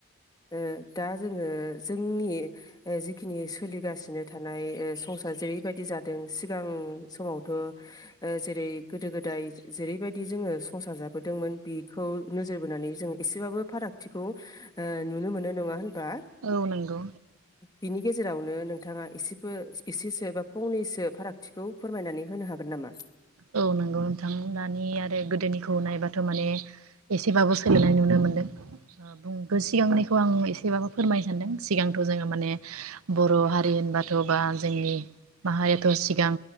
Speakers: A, on the left; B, on the right.
A: ओ। दा जोङो जोंनि ओ जिखिनि सोलिगासिनो था ओमफ्राय संसार जेरैबायदि जादों सिगां समावथ' जेरै गोदो गोदाय जेरैबायदि जोङो संसार जाबोदों दोंमोन बेखौ नोजोर बोनानै जों एसेबाबो फारागथिखौ ओ नुनो मोनो नङा होन बा
B: औ नंगौ
A: बिनि गेजेरावनो नोंथाङा एसेबो एसेसो बा फंनैसो फारागथिखौ फोरमायनानै होनो हागोन नामा?
B: औ नंगौ नोंथां। दानि आरो गोदोनिखौ नायबाथ' माने एसेबाबो सोलायनाय नुनो मोनदों बुंग सिगांनिखौ आं एसेबाबो फोरमायनो सानदों। सिगांथ' जोङो माने बर' हारि होनबाथ' बा जोंनि माहारियाथ' सिगां